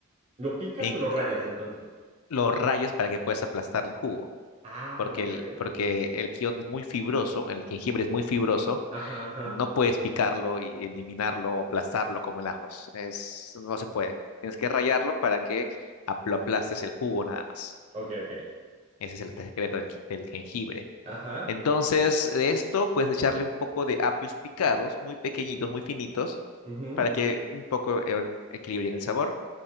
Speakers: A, on the right (about 30°); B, on the left (about 90°).
A: ¿Lo picas
B: en,
A: o lo rayas
B: eh,
A: entonces?
B: lo rayas para que puedas aplastar el jugo,
A: Ah,
B: porque
A: ok,
B: el,
A: ok.
B: porque el kion es muy fibroso, el jengibre es muy fibroso,
A: Ajá, ajá.
B: No puedes picarlo y eliminarlo o aplastarlo como el ajos. Es, no se puede. Tienes que rallarlo para que ap- lo aplastes el jugo nada más.
A: Ok, ok.
B: Ese es el secreto del, qui- del jengibre.
A: Ajá.
B: Entonces, de esto puedes echarle un poco de apios picados, muy pequeñitos, muy finitos,
A: ujú.
B: para que un poco eh, equilibren el sabor.